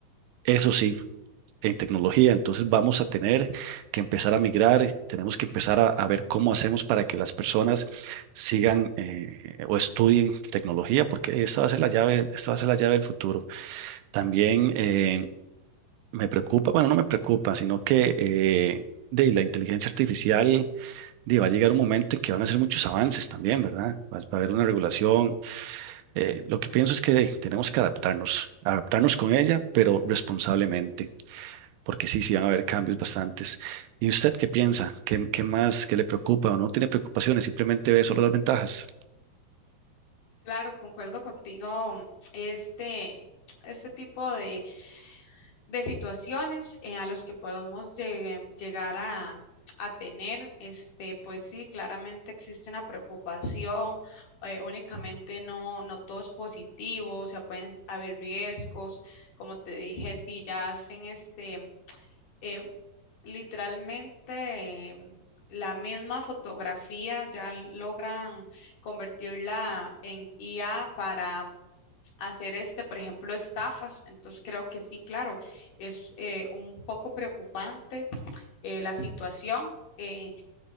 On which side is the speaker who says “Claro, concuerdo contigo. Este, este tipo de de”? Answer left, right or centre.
Left